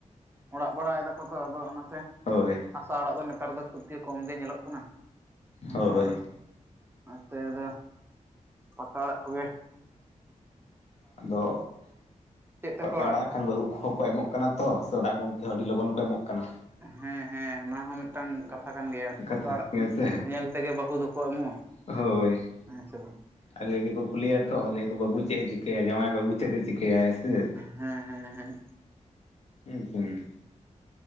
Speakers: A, on the right; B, on the left.
A: ᱚᱲᱟᱜ ᱵᱟᱲᱟᱭ ᱫᱟᱠᱚ ᱛᱚ ᱟᱫᱚ ᱚᱱᱟᱛᱮ
B: ᱦᱳᱭ
A: ᱦᱟᱥᱟ ᱚᱲᱟᱜ ᱫᱚ ᱱᱮᱛᱟᱨ ᱫᱚ ᱠᱷᱩᱵᱽ ᱜᱮ ᱠᱚᱢ ᱜᱮ ᱧᱮᱞᱚᱜ ᱠᱟᱱᱟ᱾ ᱟᱨ
B: ᱦᱳᱭ
A: ᱱᱚᱛᱮ ᱫᱚ ᱯᱟᱠᱟ‌ ᱚᱲᱟᱜ ᱠᱚ ᱜᱮ
B: ᱟᱫᱚ
A: ᱪᱮᱫ ᱛᱮᱯᱮ
B: ᱯᱟᱠᱟ ᱚᱲᱟᱜ
A: ᱮᱫᱟ
B: ᱠᱷᱟᱱ ᱵᱟᱹᱦᱩ ᱠᱚᱦᱚᱸ ᱠᱚ ᱮᱢᱚᱜ ᱠᱟᱱᱟ ᱛᱚ ᱥᱮ ᱚᱲᱟᱜ ᱜᱚᱝᱠᱮ ᱦᱚᱸ ᱟᱹᱰᱤ ᱞᱚᱜᱚᱱ ᱠᱚ ᱮᱢᱚᱜ ᱠᱟᱱᱟ᱾
A: ᱦᱮᱸ ᱦᱮᱸ ᱚᱱᱟ ᱦᱚᱸ ᱢᱤᱫ ᱢᱤᱫᱴᱟᱝ ᱠᱟᱛᱷᱟ ᱠᱟᱱ ᱜᱮᱭᱟ
B: ᱠᱟᱛᱷᱟ
A: ᱚᱠᱟ
B: ᱦᱮᱸ ᱥᱮ
A: ᱧᱮᱞ ᱛᱮᱜᱮ ᱵᱟᱹᱦᱩ ᱫᱚᱠᱚ ᱮᱢᱚᱜᱼᱟ᱾
B: ᱦᱳᱭ
A: ᱟᱪᱪᱷᱟ
B: <inaudible> ᱠᱚᱠᱚ ᱠᱩᱞᱤᱭᱟ ᱛᱚ ᱞᱟᱹᱭᱟ ᱠᱚ ᱵᱟᱹᱵᱩ ᱪᱮᱫ ᱮ ᱪᱤᱠᱟᱹᱭᱟ ᱡᱟᱶᱟᱭ ᱵᱟᱹᱵᱩ ᱪᱮᱛ ᱮ ᱪᱤᱠᱟᱹᱭᱟ ᱥᱮ ᱪᱮᱫ
A: ᱦᱮᱸ ᱦᱮᱸ ᱦᱮᱸ
B: <unintelligible>